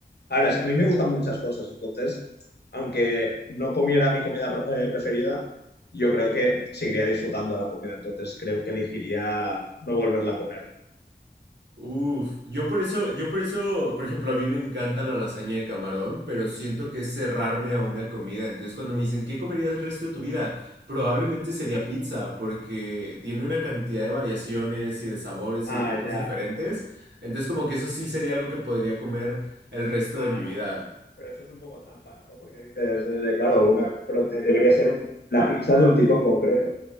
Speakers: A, on the left; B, on the right.
A: A ver, a mí me gustan muchas cosas, entonces, aunque no comiera mi comida pre- eh, preferida, yo creo que seguiría disfrutando de la comida, entonces creo que elegiría no volverla a comer.
B: Uf, yo por eso, yo por eso, por ejemplo, a mí me encanta la lasaña de camarón, pero siento que es cerrarme a una comida. Entonces, cuando me dicen, ¿qué comerías el resto de tu vida? Probablemente sería pizza, porque tiene una cantidad de variaciones y de sabores
A: Ah,
B: y de tipos
A: ya.
B: diferentes. Entonces, como que eso sí sería algo que podría comer el resto
A: Ah,
B: de mi vida.
A: pero eso es un poco trampa, ¿no? Porque dices, eh, claro, una, pero te- debería ser un- la pizza de un tipo en concreto,